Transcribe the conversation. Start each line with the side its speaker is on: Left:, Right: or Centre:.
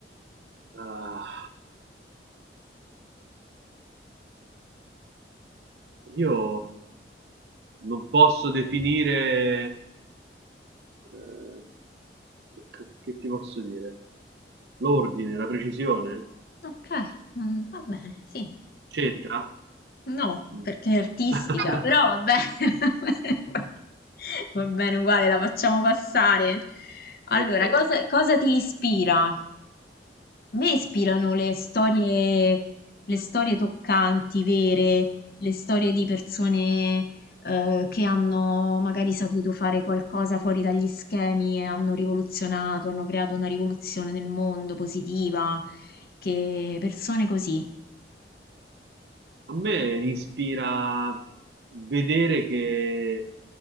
Right: Ah, Io non posso definire, eh, che, che ti posso dire? L'ordine, la precisione?
Left: Ok, mm, va bene, sì.
Right: C'entra?
Left: No,
Right: Mm.
Left: perché è artistica,
Right: <laughs>
Left: però va bene, <laughs> va bene uguale, la facciamo passare. Allora,
Right: Ok.
Left: cosa, cosa ti ispira? A me ispirano le storie, le storie toccanti, vere, le storie di persone, eh, che hanno magari saputo fare qualcosa fuori dagli schemi e hanno rivoluzionato, hanno creato una rivoluzione nel mondo positiva, che persone così.
Right: A me ispira vedere che